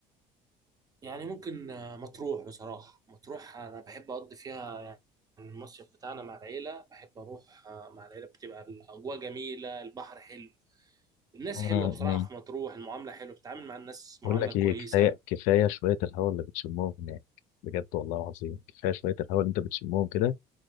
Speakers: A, on the right (about 30°); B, on the left (about 75°).
A: يعني ممكن آه، مطروح بصراحه مطروح انا بحب اقضي فيها يعني المصيف بتاعنا مع العيله بحب اروح آه، مع العيله بتبقى الاجواء جميله البحر حلو الناس
B: مم،
A: حلوه بصراحه
B: مم.
A: في مطروح المعامله حلوه بتتعامل مع الناس معامله
B: بقول لك
A: كويسه
B: ايه كفايه كفايه شويه الهواء اللي بتشمهم هناك بجد والله العظيم كفايه شويه الهواء اللي انت بتشمهم كده